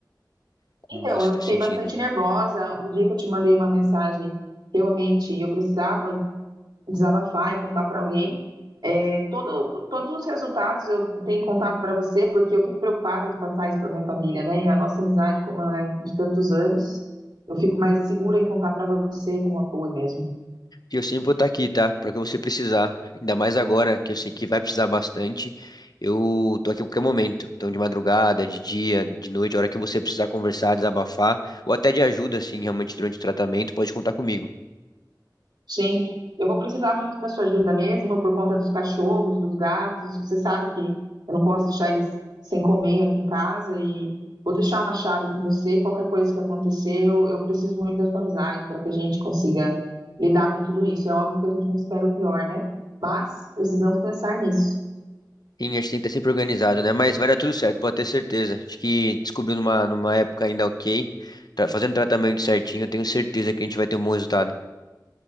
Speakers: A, on the left (about 60°); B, on the right (about 75°).
A: Como
B: Então,
A: você
B: eu
A: tá
B: fiquei
A: sentindo?
B: bastante nervosa. O dia que eu te mandei uma mensagem, realmente eu precisava desabafar e contar para alguém. É, todo, todos os resultados eu tenho contado para você, porque eu fico preocupada de passar isso para minha família, né? E a nossa amizade, como é de tantos anos, eu fico mais segura em contar para você como apoio mesmo.
A: E eu sempre vou estar aqui, tá? Pra que você precisar. Ainda mais agora, que eu sei que vai precisar bastante. Eu tô aqui a qualquer momento. Então, de madrugada, de dia, de noite, a hora que você precisar conversar, desabafar, ou até de ajuda, assim, realmente durante o tratamento, pode contar comigo.
B: Sim, eu vou precisar muito da sua ajuda mesmo, por conta dos cachorros, dos gatos. Você sabe que eu não posso deixar eles sem comer aqui em casa e vou deixar uma chave com você. Qualquer coisa que acontecer, eu, eu preciso muito da sua amizade para que a gente consiga lidar com tudo isso. É óbvio que a gente não espera o pior, né? Mas precisamos pensar nisso.
A: Sim, a gente tem que estar sempre organizado, né? Mas vai dar tudo certo, pode ter certeza. Acho que descobriu numa, numa época ainda ok, tá fazendo tratamento certinho, eu tenho certeza que a gente vai ter um bom resultado.